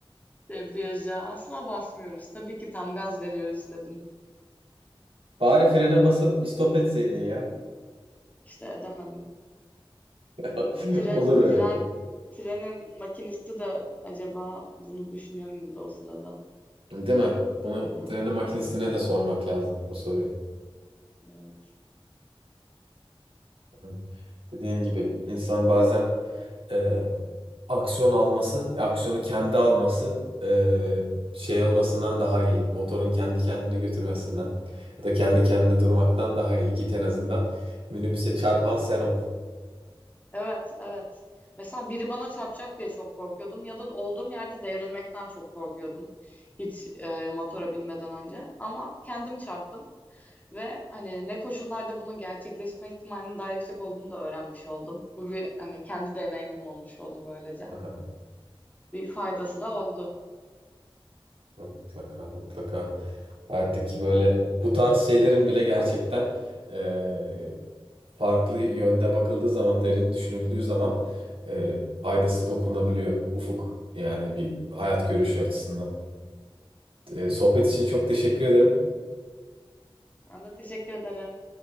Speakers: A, on the left; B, on the right.
A: debriyaja asla basmıyoruz. Tabii ki tam gaz veriyoruz dedim.
B: <laughs> Bari frene basıp istop etseydin ya.
A: İşte edemedim.
B: <laughs>
A: O tren,
B: Olur öyle.
A: tren, trenin makinisti de acaba bunu düşünüyor muydu o sırada?
B: Değil mi? Bunu
A: Yani
B: trenin makinesine de sormak lazım bu soruyu.
A: evet.
B: Hani Dediğin gibi insan bazen e, aksiyon alması, e, aksiyonu kendi alması e, şey olmasından daha iyi. Motorun kendi kendine götürmesinden ya da kendi kendine durmaktan daha iyi. Git en azından minibüse çarpan sen ol.
A: Evet, evet. Mesela biri bana çarpacak diye çok korkuyordum ya da olduğum yerde devrilmekten çok korkuyordum. Hiç e, motora binmeden önce ama kendim çarptım ve hani ne koşullarda bunun gerçekleşme ihtimalinin daha yüksek olduğunu da öğrenmiş oldum. Bu bir hani kendi deneyimim olmuş oldu böylece.
B: Aha,
A: Bir faydası da oldu.
B: Mutlaka mutlaka. Artık ki böyle bu tarz şeylerin bile gerçekten eee, farklı yönde bakıldığı zaman, derin düşünüldüğü zaman eee, faydası dokunabiliyor. Ufuk yani bir hayat görüşü açısından. Eee, sohbet için çok teşekkür ederim.
A: Ben de teşekkür ederim.